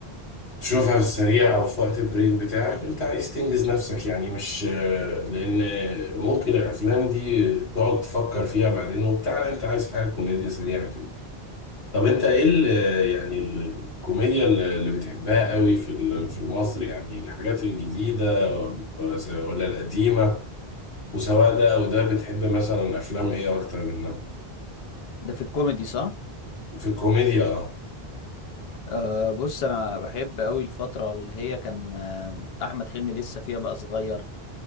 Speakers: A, on the left; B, on the left.
A: تشوفها في السريع او في وقت البريك بتاعك انت عايز تنجز نفسك يعني مش لان ممكن الافلام دي تقعد تفكر فيها بعدين وبتاع لا، انت عايز حاجه كوميديا سريعه كده طب انت ايه ال يعني ال- الكوميديا اللي اللي بتحبها قوي في ال- في مصر يعني الحاجات الجديده ولا القديمه وسواء ده او ده بتحب مثلا افلام ايه اكتر منها
B: ده في الكوميدي صح؟
A: في الكوميديا اه
B: أه بص انا بحب قوي الفترة اللي هي كان آه، احمد حلمي لسه فيها بقى صغير